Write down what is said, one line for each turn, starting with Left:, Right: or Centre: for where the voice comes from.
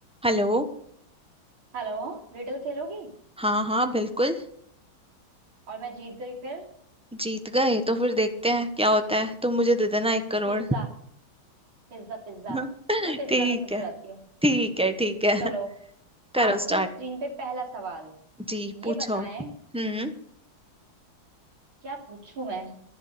Centre: Hello
Right: Hello Riddle खेलोगी
Centre: हाँ हाँ बिल्कुल
Right: और मैं जीत गई फिर
Centre: जीत गए तो फिर देखते हैं क्या होता है तुम मुझे दे देना एक करोड़
Right: पिज्जा पिज्जा पिज्जा
Centre: <laughs>
Right: मैं पिज्जा
Centre: ठीक
Right: में खुश
Centre: है
Right: हो जाती हूँ
Centre: ठीक है ठीक है
Right: चलो
Centre: करो
Right: आपकी
Centre: स्टार्ट
Right: स्क्रीन पे पहला सवाल
Centre: जी
Right: ये
Centre: पूछो
Right: बताएं
Centre: हम्म
Right: क्या पूछूं मैं